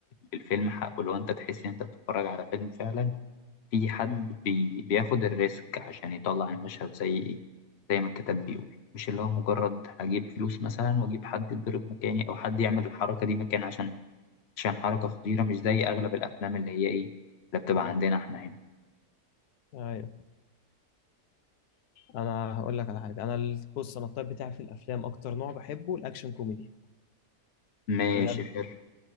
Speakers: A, on the left; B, on the left.
A: الفيلم حقه لو أنت تحس إن أنت بتتفرج على فيلم فعلا في حد بي... بياخد الريسك عشان يطلع المشهد زي إيه زي ما الكتاب بيقول مش اللي هو مجرد هجيب فلوس مثلا وأجيب حد يضرب مكاني أو حد يعمل الحركة دي مكان عشان عشان حركة خطيرة مش زي أغلب الأفلام اللي هي إيه اللي بتبقى عندنا إحنا هنا
B: ايوه انا هقول لك على حاجه انا ال- بص انا الطيب بتاعي في الافلام اكتر نوع بحبه الاكشن كوميدي
A: ماشي
B: بجد
A: حلو